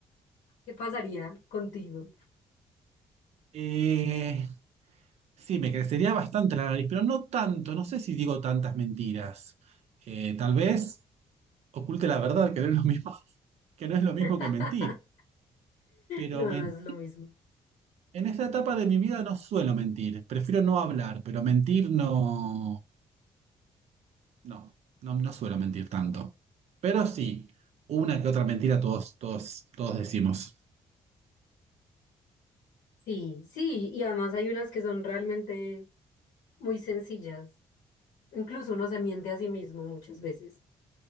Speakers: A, on the left (about 70°); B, on the right (about 55°).
A: ¿qué pasaría contigo?
B: Eh, Sí, me crecería bastante la nariz, pero no tanto, no sé si digo tantas mentiras. Eh, tal vez oculte la verdad, que no es lo mismo, <laughs> que no es lo mismo
A: <laughs>
B: que mentir. Pero
A: No,
B: men-
A: no es lo mismo.
B: en esta etapa de mi vida no suelo mentir, prefiero no hablar, pero mentir no, no, no, no suelo mentir tanto. Pero sí, una que otra mentira todos, todos, todos decimos,
A: Sí, sí, y además hay unas que son realmente muy sencillas. Incluso uno se miente a sí mismo muchas veces.